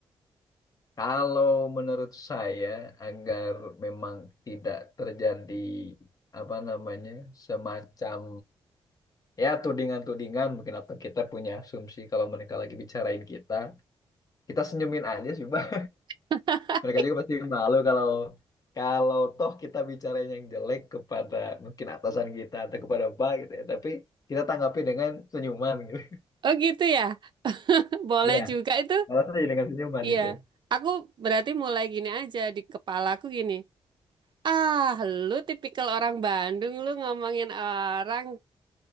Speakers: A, on the left; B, on the right.
A: Kalau menurut saya agar memang tidak terjadi apa namanya semacam ya tudingan-tudingan mungkin atau kita punya asumsi kalau mereka lagi bicarain kita, kita senyumin aja sih, Bang.
B: <laughs>
A: Mereka juga pasti malu kalau kalau toh kita bicara yang jelek kepada mungkin atasan kita atau kepada Pak gitu ya, tapi kita tanggapi dengan senyuman gitu.
B: Oh gitu ya, <laughs> boleh
A: Iya,
B: juga itu.
A: balas aja dengan senyuman
B: Iya,
A: itu.
B: aku berarti mulai gini aja di kepalaku gini. Ah, lu tipikal orang Bandung, lu ngomongin orang